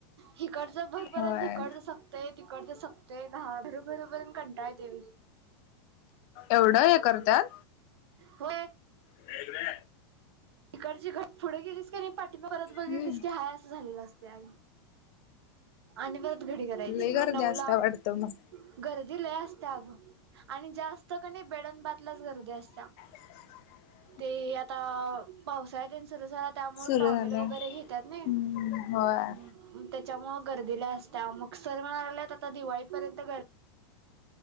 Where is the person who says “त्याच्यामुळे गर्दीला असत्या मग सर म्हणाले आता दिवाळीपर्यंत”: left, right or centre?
Right